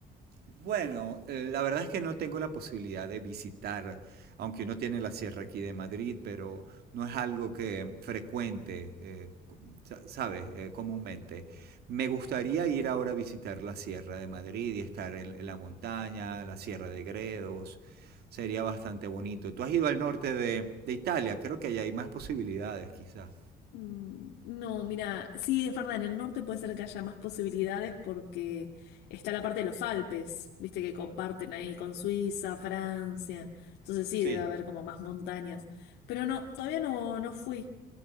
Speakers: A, on the right; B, on the left.
A: bueno, eh, la verdad es que no tengo la posibilidad de visitar, aunque uno tiene la sierra aquí de Madrid, pero no es algo que frecuente, eh, cu- sa- ¿sabes? Eh, comúnmente. Me gustaría ir ahora a visitar la sierra de Madrid y estar en, en la montaña, la sierra de Gredos. Sería bastante bonito. Tú has ido al norte de, de Italia, creo que allá hay más posibilidades, quizás.
B: Mm, No, mira, sí, es verdad, en el norte puede ser que haya más posibilidades porque está la parte de los Alpes, viste que comparten ahí con Suiza, Francia, entonces sí,
A: Sí,
B: debe haber como más montañas, pero no, todavía no, no fui,